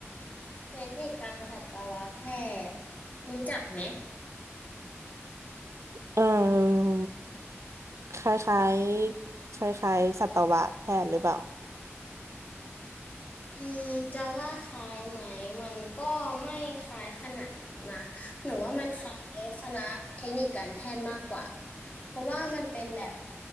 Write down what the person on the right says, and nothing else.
เออคล้ายๆคล้ายๆสัตวแพทย์หรือเปล่า